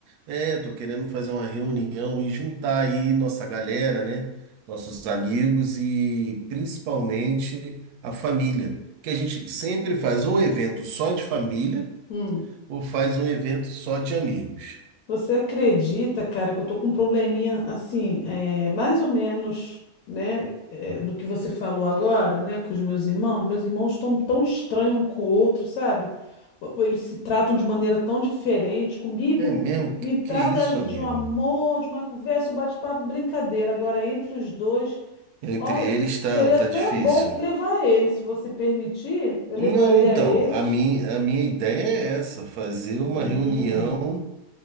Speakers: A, on the right; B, on the left.
A: É, tô querendo fazer uma reunião e juntar aí nossa galera, né? Nossos amigos e principalmente a família. Que a gente sempre faz ou evento só de família
B: Hum.
A: ou faz um evento só de amigos.
B: Você acredita, cara, que eu tô com um probleminha assim, é, mais ou menos, né, é, do que você falou agora, né, com os meus irmãos? Meus irmãos estão tão estranhos um com o outro, sabe? Ou- ou Eles se tratam de maneira tão diferente. Comigo,
A: É mesmo?
B: me trata
A: Que isso,
B: de
A: amigo?
B: um amor, de uma conversa, um bate-papo, brincadeira. Agora, entre os dois,
A: Entre
B: olha,
A: eles tá,
B: seria
A: tá
B: até
A: difícil.
B: bom levar eles, se você permitir, eu levaria
A: Não, então,
B: eles.
A: a mim, a minha ideia é essa, fazer uma
B: Hum,
A: reunião